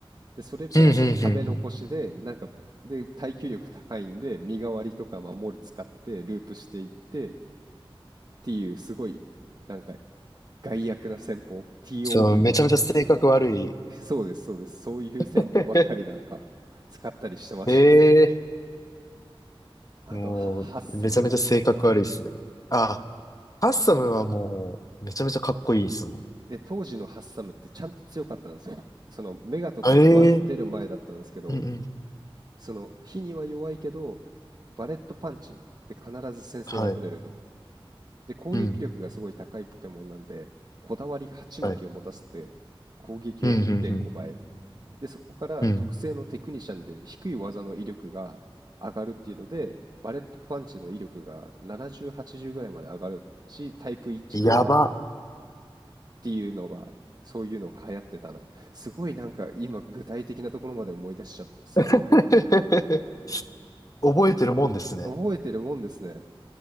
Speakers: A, on the right; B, on the left.
A: で、それプラス食べ残しで、
B: うん、うん、うん。うん
A: なんか、で、耐久力高いんで、身代わりとか守り使ってループしていってっていう、すごい、なんか、害悪な戦法 ?TOD
B: そう、めちゃめちゃ性格悪い。
A: <laughs> そうです、そうです。そういう戦法ばっかりなんか使ったりしてましたね。
B: <laughs> ええ
A: あとは、
B: もう、
A: ハハッサムが好きでね。
B: めちゃめちゃ性格悪いっすね。あ、ハッサムはもう、めちゃめちゃかっこいいですもん。
A: で、当時のハッサムってちゃんと強かったんですよ。そのメガとかが、
B: ええ
A: ま、出る前だったんですけど、
B: うんうん。
A: その火には弱いけどバレットパンチで必ず先制が取れると。
B: はい。
A: で攻撃力がすごい高いポケモンなんでこだわり鉢巻きを持たせて攻撃を1.5倍
B: うん。はい。うん、うん、
A: でそこから特性のテクニシャンで低い技の威力が上がるっていうのでバレットパンチの威力が70、
B: うん。うん。
A: 80ぐらいまで上がるしタイプ一致でっ
B: やば。
A: ていうのがそういうのが流行ってたな。すごいなんか今具体的なところまで思い出しちゃった。すごいな。
B: <laughs> 覚えてるもんですね。
A: 覚えてるもんですね。